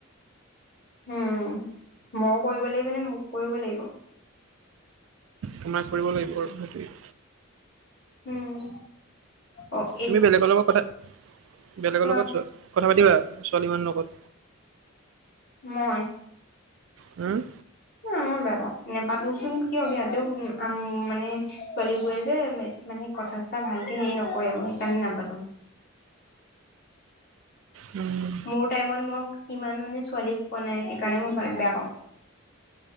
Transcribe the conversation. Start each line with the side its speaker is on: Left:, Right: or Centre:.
Left: উম, মই কৰিব লাগিব নে মোক কৰিব লাগিব?
Right: তোমাক কৰিব লাগিব আৰু, সেইটোৱেই।
Left: উম। অ এ
Right: তুমি বেলেগৰ লগত কথা-বেলেগৰ
Left: কোৱা
Right: লগত ছো-কথা পাতিবা ছোৱালী মানুহৰ লগত?
Left: মই?
Right: উম?
Left: উম মই বেয়া পাওঁ, নেপাতোঁচোন, কিয় বেয়া-তেওঁ মানে ছোৱালীবোৰে যে মানে কথা-চথা ভালকে হেৰি নকৰে, মই সেইকাৰণে নাপাতোঁ।
Right: উম।
Left: মোৰ টাইমত মোক ইমান মানে ছোৱালীক পোৱা নাই, সেইকাৰণে মই বেয়া পাওঁ।